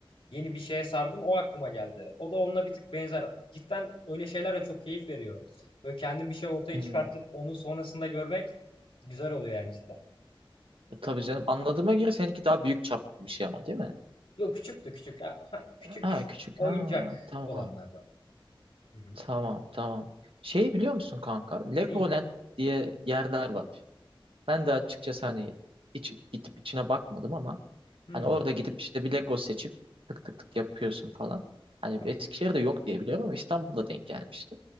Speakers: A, on the left; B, on the right.
A: yeni bir şeye sardım o aklıma geldi. O da onunla bir tık benzer. Cidden öyle şeyler de çok keyif veriyor. Böyle kendin bir şey ortaya
B: Hmm.
A: çıkartıp onu sonrasında görmek güzel oluyor yani cidden.
B: E, tabii canım anladığıma göre seninki daha büyük çaplı bir şey ama değil mi?
A: Yok küçüktü küçük ya. Ha, küçük
B: Ha küçük
A: oyuncak
B: ha tamam
A: olanlardan. Hı hı.
B: tamam tamam. Şeyi biliyor musun kanka? Legoland
A: Neyi?
B: diye yerler var. Ben de açıkçası hani hiç gidip içine bakmadım ama
A: Hı
B: Hani
A: hı.
B: orada gidip işte bir Lego seçip tık tık tık yapıyorsun falan. Hani
A: Ha,
B: Eskişehir'de yok diye biliyorum ama İstanbul'da denk gelmiştim